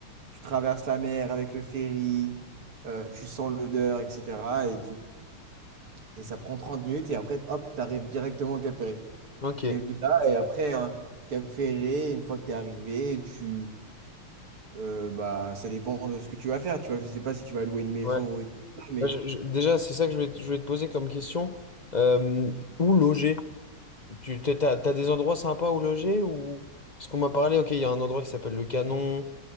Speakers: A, on the right (about 75°); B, on the left (about 45°).
A: tu traverses la mer avec le ferry, euh, tu sens l'odeur, etc. Et, tu... et ça prend 30 minutes et après hop, tu arrives directement au Cap Ferré.
B: Ok,
A: Et de là, et après hein, Cap Ferré, une fois que tu es arrivé, tu euh, bah ça dépend de ce que tu vas faire, tu vois, je sais pas si tu vas louer une maison
B: ouais.
A: ou tout ça, mais
B: Bah, je- je- déjà, c'est ça que je voulais, te je voulais te poser comme question. Euh, où loger? Tu t'as, t'as- t'as des endroits sympas où loger ou... Parce qu'on m'a parlé, ok, il y a un endroit qui s'appelle le Canon,